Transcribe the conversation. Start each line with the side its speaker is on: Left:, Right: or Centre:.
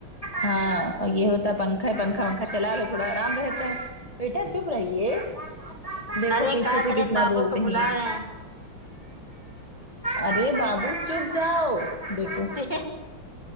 Left: ہاں اور یہ ہوتا پن پنکھا پنکھا ونکھا چلا لو تھوڑا آرام رہتا ہے بیٹے چپ رہیے دیکھو
Right: ارے
Left: پیچھے
Right: کہا
Left: سے
Right: تیرے
Left: کتنا
Right: پاپا
Left: بولتے
Right: کو
Left: ہیں
Right: بلا
Left: یہ
Right: رہے
Left: ارے بابو چپ جاؤ دیکھو
Right: ہیں